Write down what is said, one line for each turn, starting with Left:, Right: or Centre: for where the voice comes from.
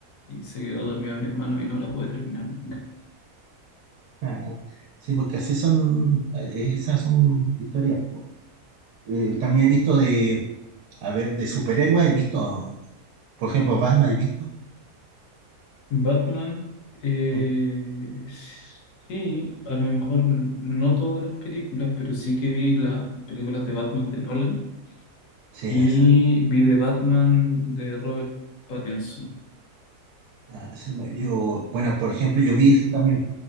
Left: y se quedó dormido mi hermano y no la pude terminar nunca.
Right: Ah, sí, porque así son, eh, esas son historias. po. Eh, también he visto de, a ver, de superhéroes, he visto, por ejemplo, Batman, he visto.
Left: Batman, eh,
Right: mm,
Left: sí, a lo mejor no todas las películas, pero sí que vi las películas de Batman de Nolan
Right: Sí,
Left: y
Right: esa.
Left: vi de Batman de Robert Pattinson.
Right: Ah, esa no- yo, bueno, por ejemplo, yo vi esa también,